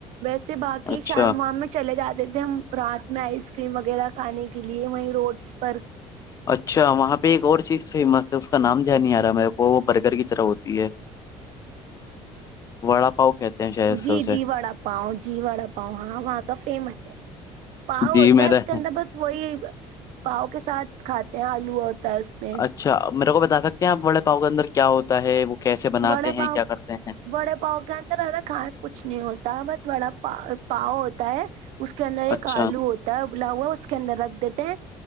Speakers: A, on the right (about 70°); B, on the left (about 30°).
A: ویسے باقی
B: اچھا
A: شام وام میں چلے جاتے تھے ہم رات میں آئس کریم وغیرہ کھانے کے لیے وہیں روڈس پر
B: اچھا وہاں پہ ایک اور چیز فیمس ہے اس کا نام یاد نہیں آ رہا ہے میرے کو وہ برگر کی طرح ہوتی ہے وڑا پاؤ کہتے ہیں شاید سے
A: جی
B: اسے
A: جی وڑا پاؤ جی وڑا پاؤ ہاں وہاں کا فیمس ہے پاؤ
B: جی
A: ہوتا
B: میرا
A: ہے اس کے اندر بس وہی پاؤ کے ساتھ کھاتے ہیں آلو اور تاس میں
B: اچھا میرے کو بتانا کیا وڑا پاؤ کےاندر کیا ہوتا ہے وہ کیسے بناتے
A: وڑے
B: ہیں
A: پاؤں
B: کیا کرتے ہیں
A: وڑے پاؤ کے اندر زدا خاس کچھ نہیں ہوتا بس وڑا پاؤ پاؤ ہوتا ہے اس کے اندر ایک
B: اچھا
A: آلو ہوتا ہے بلا ہوا اس کے اندر رکھ دیتے ہیں